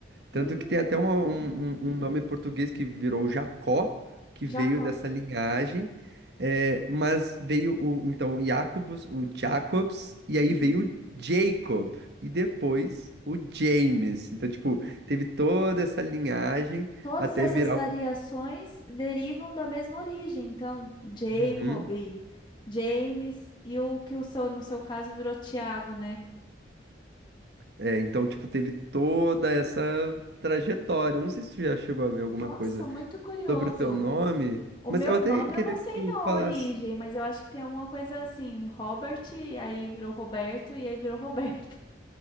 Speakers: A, on the right; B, on the left.
A: Tanto
B: Hum,
A: que tem até uma- um, um- um nome português que virou Jacó, que
B: Jacó.
A: veio dessa linhagem. é, mas veio o, então, o Jacobus, o Jacobs, e aí
B: Uhum.
A: veio o Jacob, e depois o James. Então, tipo, teve toda essa linhagem
B: Todas
A: até
B: essas
A: virar
B: variações
A: o.
B: derivam da mesma origem, então, Jacob,
A: Uhum.
B: James e o que o seu, no seu caso virou Tiago, né?
A: É, então, tipo, teve toda essa trajetória. Eu não sei se tu já chegou a ver alguma
B: Nossa,
A: coisa
B: muito curioso.
A: sobre o teu nome,
B: O
A: mas
B: meu
A: eu até
B: nome
A: queria
B: eu não sei
A: que tu
B: não
A: falasse.
B: a origem, mas eu acho que tem alguma coisa assim, Robert, aí virou Roberto e aí virou Roberto.